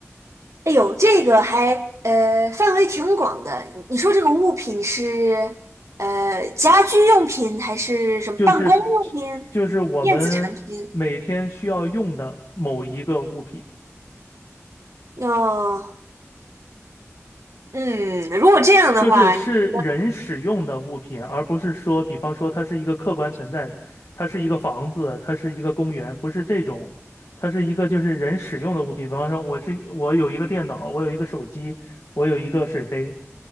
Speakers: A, on the right; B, on the left.
A: 哎呦，这个还呃范围挺广的。你你说这个物品是呃家居用品还是什么办公用品、
B: 就是就是我们每天需要用的某一个物品。
A: 电子产品？要嗯，如果这样的话，
B: 就是是人使用的物品，
A: 你的
B: 而不是说，比方说它是一个客观存在，它是一个房子，它是一个公园，不是这种，它是一个就是人使用的物品。比方说，我是我有一个电脑，我有一个手机，我有一个水杯，